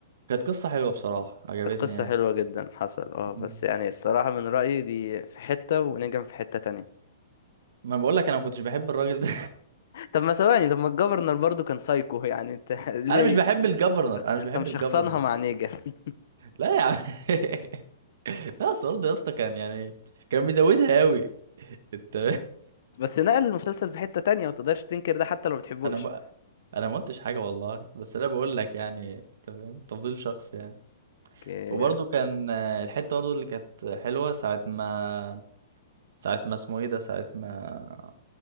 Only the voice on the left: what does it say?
كانت قصة
حلوة جدا حصل اه
بس يعني الصراحة من رأيي دي في حتة ونجم في حتة تانية
طب ما ثواني طب ما الجفرنر برضو كان سايكو يعني انت
<laughs> ليه
انت
مش
شخصنها مع نيجن
<laughs> بس نقل المسلسل في حتة تانية ما تقدرش تنكر ده حتى لو
ما بتحبوش
اوكي.